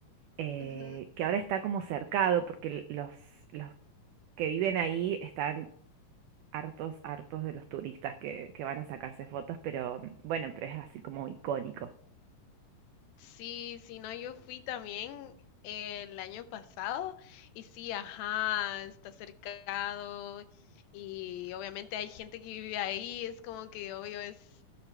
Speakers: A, on the right; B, on the left.
A: eh,
B: Ujú.
A: que ahora está como cercado porque l- los, los que viven ahí están hartos, hartos de los turistas que, que van a sacarse fotos, pero bueno, pero es así como icónico.
B: Sí, sí, no, yo fui también el año pasado y sí, ajá, está cercado y obviamente hay gente que vive ahí, es como que obvio es